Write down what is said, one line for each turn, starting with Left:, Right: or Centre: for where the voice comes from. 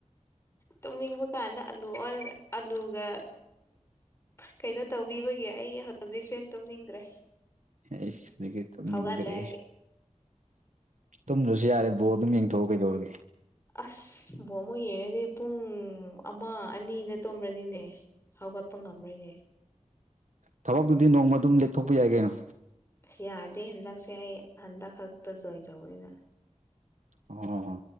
Left: ꯇꯨꯝꯅꯤꯡꯕ ꯀꯥꯟꯗ ꯑꯂꯨ ꯑꯂꯨꯒ ꯀꯩꯅꯣ ꯇꯧꯕꯤꯕꯒꯦ ꯑꯩ ꯍꯧꯖꯤꯛꯁꯦ ꯇꯅꯤꯗ꯭ꯔꯦ
Right: ꯑꯩꯁ ꯍꯧꯖꯤꯛꯀꯤ ꯇꯨꯝꯅꯤꯡꯗ꯭ꯔꯦ
Left: ꯍꯧꯒꯗꯂꯦ
Right: ꯇꯨꯝꯗ꯭ꯔꯁꯨ ꯌꯥꯔꯦ ꯕꯣꯔ ꯑꯗꯨꯝ ꯌꯦꯡꯊꯣꯛꯑ ꯀꯩꯗꯧꯔꯒꯦ
Left: ꯑꯁꯕꯣ ꯑꯃꯨꯛ ꯌꯦꯡꯉꯗꯤ ꯄꯨꯡ ꯑꯃ ꯑꯅꯤꯗ ꯇꯣꯂꯅꯤꯅꯦ ꯍꯧꯥꯎꯒꯄ ꯉꯝꯔꯅꯦ
Right: ꯊꯕꯛꯇꯨꯗꯤ ꯅꯣꯡꯃ ꯑꯗꯨꯝ ꯂꯦꯞꯊꯣꯛꯄ ꯌꯥꯏ ꯀꯩꯅꯣ
Left: ꯑꯁ ꯌꯥꯗꯦ ꯍꯟꯗꯛꯁꯦ ꯑꯩ ꯍꯟꯗꯛ ꯈꯛꯇ ꯖꯣꯏꯟ ꯇꯧꯕꯅꯤꯅ
Right: ꯑꯣ